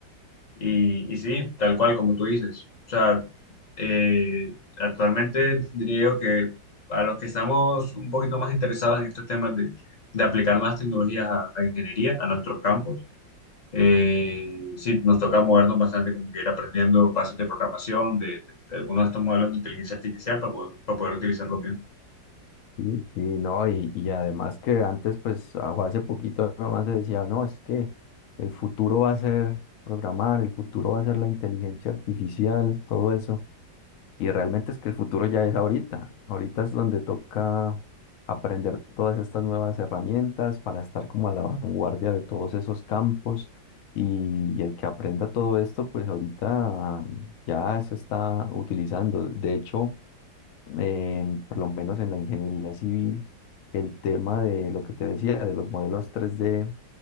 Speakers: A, on the left; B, on the left.
A: y, y sí, tal cual como tú dices. O sea, eh, actualmente diría yo que a los que estamos un poquito más interesados en estos temas de, de aplicar más tecnologías a, a ingeniería, a nuestros campos, eh, sí, nos toca movernos bastante como que ir aprendiendo bases de programación, de, de algunos de estos modelos de inteligencia artificial para poder, para poder utilizarlo bien.
B: Sí, sí, no, y, y además que antes, pues, a- o hace poquito nomás se decía, no, es que el futuro va a ser programar, el futuro va a ser la inteligencia artificial, todo eso. Y realmente es que el futuro ya es ahorita. Ahorita es donde toca aprender todas estas nuevas herramientas para estar como a la vanguardia de todos esos campos. Y el que aprenda todo esto, pues ahorita ya se está utilizando. De hecho, en- por lo menos en la ingeniería civil, el tema de lo que te decía, de los modelos tres d